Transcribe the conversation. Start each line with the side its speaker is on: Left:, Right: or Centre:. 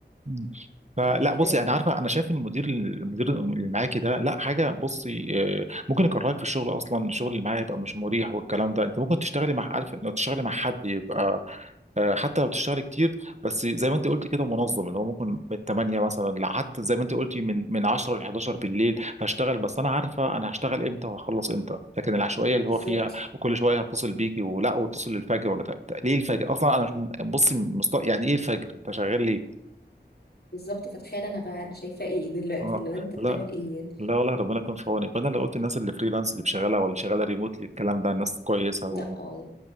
Right: مم. فلا
Left: يعني فاهم
Right: بصي انا عارفه انا شايف المدير المدير اللي معاكي ده لا حاجه بصي آه، ممكن يكرهك في الشغل اصلا الشغل اللي معاه يبقى مش مريح والكلام ده انت ممكن تشتغلي مع عارفه لو تشتغلي مع حد يبقى آه، حتى لو بتشتغل كتير بس زي ما انت قلت كده منظم اللي هو ممكن من 8 مثلا لحتى زي ما انت قلتي من من 10 ل 11 بالليل هشتغل بس انا عارفه انا هشتغل امتى وهخلص امتى لكن العشوائيه اللي
Left: بالظبط
Right: هو فيها وكل شويه هتصل بيكي ولا واتصل للفجر ولا ت- ت- ليه الفجر اصلا انا مش م- بصي مست... يعني ايه الفجر انت شغال ليه
Left: بالظبط فتخيل انا بقى انا شايفاه ايه دلوقتي
Right: اه
Left: اللي هو انت بتعمل
Right: لا
Left: ايه يعني؟
Right: لا والله ربنا يكون في عونك فانا لو قلت الناس اللي فريلانس اللي شغاله واللي شغاله ريموتلي الكلام ده الناس كويسه
Left: لا
Right: و...
Left: وال-